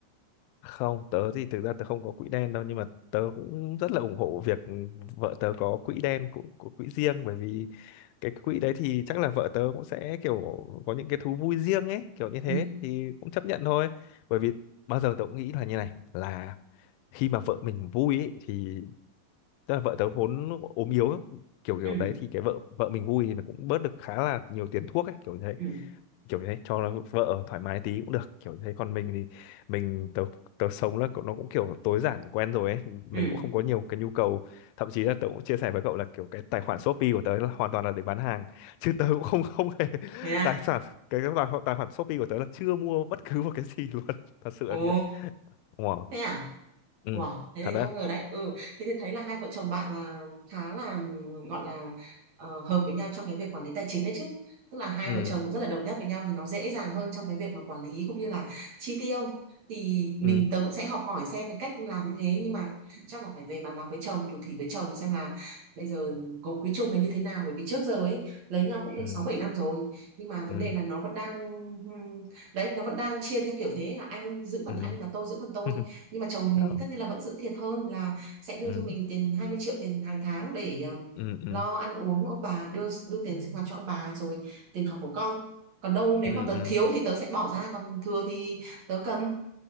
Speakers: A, on the left (about 85°); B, on the right (about 45°).
A: không tớ thì thực ra tớ không có quỹ đen đâu nhưng mà tớ cũng rất là ủng hộ việc vợ tớ có quỹ đen của, của quỹ riêng bởi vì cái quỹ đấy thì chắc là vợ tớ cũng sẽ kiểu có những cái thú vui riêng ấy kiểu như thế
B: Ừ
A: thì cũng chấp nhận thôi bởi vì bao giờ tớ cũng nghĩ là như này là khi mà vợ mình vui ấy, thì tức là vợ tớ vốn ốm yếu kiểu kiểu
B: ừ
A: đấy thì cái vợ vợ mình vui thì nó cũng bớt được khá là nhiều tiền thuốc ấy kiểu như thế
B: ừ
A: kiểu như thế cho nó vợ thoải mái tí cũng được kiểu như thế còn mình thì mình tớ tớ sống là cậu- nó cũng kiểu tối giản quen rồi ấy mình
B: ừ
A: cũng không có nhiều cái nhu cầu thậm chí là tớ cũng chia sẻ với cậu là kiểu cái tài khoản Shopee của tớ là hoàn toàn là để bán hàng <laughs> chứ tớ cũng không không hề <laughs>
B: thế à?
A: tài sản cái cái tài, tài khoản Shopee của tớ là chưa mua bất cứ một cái gì luôn <laughs> thật sự
B: Ồ
A: là như vậy wow
B: thế à?
A: ừ
B: Wow, thế
A: thật
B: thì
A: đấy
B: không ngờ đấy. Ừ, thế thì thấy là hai vợ chồng bạn là khá là ừm, gọi là ờ, hợp với nhau trong cái việc quản lý tài chính đấy chứ. Tức là hai
A: ừ
B: vợ chồng cũng rất là đồng nhất với nhau thì nó dễ dàng hơn trong cái việc mà quản lý cũng như là chi tiêu. Thì mình
A: ừ
B: tớ cũng sẽ học hỏi xem cái cách làm như thế nhưng mà chắc là phải về bàn bạc với chồng, thủ thỉ với chồng xem là bây giờ có quý chung là như thế nào bởi vì trước giờ ấy lấy nhau cũng được
A: ừ
B: 6 7 năm rồi nhưng mà vấn
A: ừ
B: đề là nó vẫn đang ừm, đấy nó vẫn đang chia theo kiểu thế là anh giữ phần
A: ừ
B: anh và tôi giữ phần tôi
A: <laughs>
B: ấy nhưng mà chồng mình thì
A: Đó.
B: tất nhiên là vẫn giữ thiệt hơn là sẽ đưa
A: ừ
B: cho mình tiền 20 triệu tiền hàng tháng để um,
A: ừ
B: lo
A: ừ
B: ăn uống ông bà đưa đưa tiền sinh hoạt cho ông bà rồi tiền học của con còn đâu nếu
A: ừ
B: mà tớ
A: ừ
B: thiếu thì tớ sẽ bỏ ra còn thừa thì tớ cầm